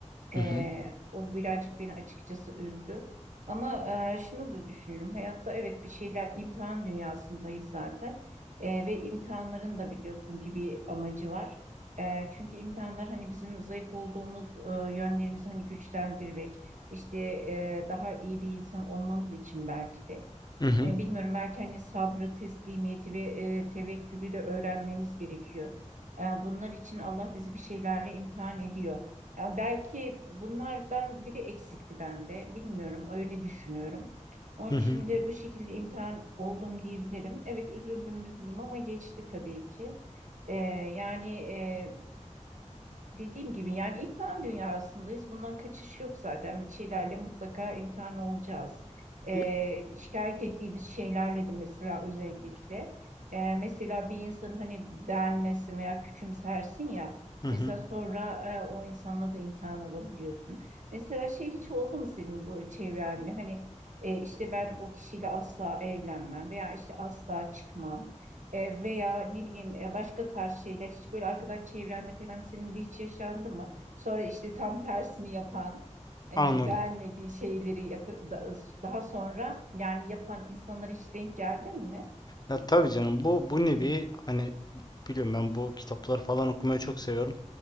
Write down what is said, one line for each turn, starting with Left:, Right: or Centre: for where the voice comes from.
Right: Ee,
Left: Hı hı.
Right: o birazcık beni açıkçası üzdü. Ama e, şunu da düşünüyorum. Hayatta evet bir şeyler imtihan dünyasındayız zaten. Ee, ve imtihanların da biliyorsun ki bir amacı var. Ee, çünkü imtihanlar hani bizim zayıf olduğumuz e, yönlerimizi hani güçlendirmek, işte e, daha iyi bir insan olmamız için belki de.
Left: Hı hı.
Right: E, bilmiyorum belki hani sabrı, teslimiyeti ve e, tevekkülü de öğrenmemiz gerekiyor. E, bunlar için Allah bizi bir şeylerle imtihan ediyor. Ya belki bunlardan biri eksikti bende. Bilmiyorum, öyle düşünüyorum. Onun
Left: Hı hı.
Right: için de bu şekilde imtihan oldum diyebilirim. Evet üzüldüm üzüldüm ama geçti tabii ki. E, yani e, Dediğim gibi yani imtihan dünyasındayız. Bundan kaçış yok zaten. Bir şeylerle mutlaka imtihan olacağız. Ee,
Left: Ya-
Right: şikayet ettiğimiz şeylerle de mesela özellikle. Ee, mesela bir insanın hani beğenmezsin veya küçümsersin ya.
Left: Hı hı.
Right: Mesela sonra e, o insanla da imtihan olabiliyorsun. Mesela şey hiç oldu mu senin bu çevrende? Hani e, işte ben o kişiyle asla evlenmem veya işte asla çıkmam. E, veya ne bileyim e, başka tarz şeyler hiç böyle arkadaş çevrende falan senin de hiç yaşandı mı? Sonra işte tam tersini yapan hani
Left: Anladım.
Right: beğenmediği şeyleri yapı da- daha sonra yani yapan insanlara hiç denk geldin mi?
Left: Ya, tabii canım bu bu nevi hani biliyorum ben bu kitapları falan okumayı çok seviyorum